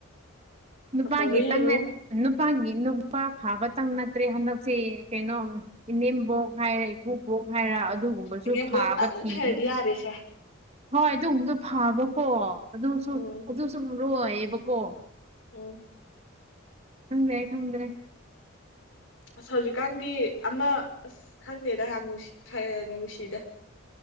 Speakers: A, on the right; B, on the left.
A: ꯅꯨꯄꯥꯒꯤꯇꯪ
B: ꯑꯐꯕ ꯌꯦꯡꯉꯨ
A: ꯅꯨꯄꯥꯒꯤ ꯅꯨꯄꯥ ꯐꯥꯕꯇꯪ ꯅꯠꯇ꯭ꯔꯦ ꯍꯟꯗꯛꯁꯦ ꯀꯩꯅꯣꯝ ꯏꯅꯦꯝꯕꯣꯛ ꯍꯥꯏꯔ ꯏꯀꯨꯕꯣꯛ ꯍꯥꯏꯔ ꯑꯗꯨꯒꯨꯝꯕꯁꯨ
B: ꯏꯅꯦꯝꯕꯣꯛꯇꯪ
A: ꯐꯥꯕ ꯊꯤꯌꯨ
B: ꯐꯔꯗꯤ ꯌꯥꯔꯦꯁꯦ
A: ꯍꯣꯏ ꯑꯗꯨꯒꯨꯝꯕꯗꯨ ꯐꯕꯀꯣ ꯑꯗꯨꯁꯨ
B: ꯎꯝ
A: ꯑꯗꯨꯁꯨ ꯂꯣꯏꯌꯦꯕꯀꯣ
B: ꯎꯝ
A: ꯈꯪꯗ꯭ꯔꯦ ꯈꯪꯗ꯭ꯔꯦ
B: ꯑꯁ ꯍꯧꯖꯤꯛꯀꯥꯟꯗꯤ ꯑꯃ ꯑꯁ ꯈꯪꯗꯦꯗ ꯌꯥꯝ ꯅꯨꯡꯁꯤꯗ